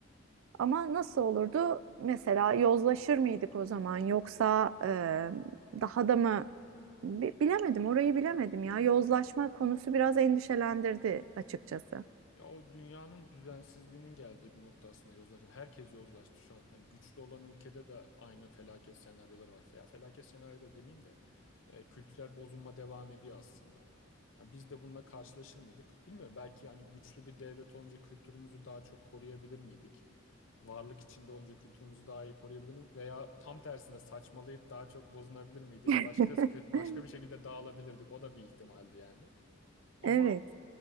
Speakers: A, on the right; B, on the left.
A: Ama nasıl olurdu? Mesela yozlaşır mıydık o zaman? Yoksa e, daha da mı? Bi- Bilemedim, orayı bilemedim ya. Yozlaşma konusu biraz endişelendirdi açıkçası.
B: Ya o dünyanın düzensizliğinin geldiği bir nokta aslında yozlaşma. Herkes yozlaştı şu an. Hani güçlü olan ülkede de aynı felaket senaryoları var. Ya felaket senaryo da demeyeyim de e, kültürel bozulma devam ediyor aslında. Ya biz de bununla karşılaşır mıydık? Bilmiyorum. Belki hani güçlü bir devlet olunca kültürümüzü daha çok koruyabilir miydik? Varlık içinde olunca kültürümüzü daha iyi koruyabilir miydik? Veya tam tersine saçmalayıp daha çok bozunabilir miydik?
A: <laughs>
B: Başka başka bir şekilde dağılabilirdik. O da bir ihtimaldi yani. Ama
A: Evet.